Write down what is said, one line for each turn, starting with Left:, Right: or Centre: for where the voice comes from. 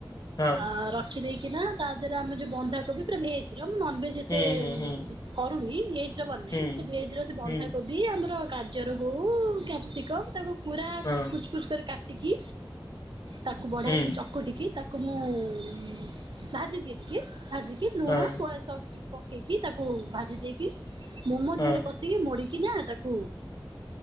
Left: ହଁ
Right: ଅ ରଖି ଦେଇ କିନା ତା, ଦେହରେ ଆମ ଯଉ ବନ୍ଧାକୋବି ପୁରା ଭେଜର ମୁଁ ନନଭେଜ୍ ଯେତେ
Left: ହୁଁ ହୁଁ ହୁଁ
Right: କରୁନି, ଭେଜର୍ ବନାଏ
Left: ହୁଁ
Right: ତ ଭେଜର୍ ସେ ବନ୍ଧାକୋବ୍
Left: ହୁଁ
Right: ବି ଆମର ଗାଜର ହଉ, କ୍ୟାପସିକମ୍ ତାକୁ ପୁରା
Left: ହଁ
Right: କୁଚ୍ କୁଚ୍ କରି କାଟିକି, ତାକୁ ବଢିଆ
Left: ହୁଁ
Right: ସେ ଚକୁଟିକି ତାକୁ ମୁଁ- ଉଁ ଭାଜି ଦିଏ ଟିକେ, ଭାଜିିକି ଲୁଣ
Left: ହଁ
Right: ସୋୟା ସକ୍ସ୍ ଟିକେ ପକେଇକି, ତାକୁ ଭାଜି ଦେଇକି କି ମୋମୋ
Left: ହଁ
Right: ଦେହରେ ପଶିକି ମୋଡ଼ିକିନା ତାକୁ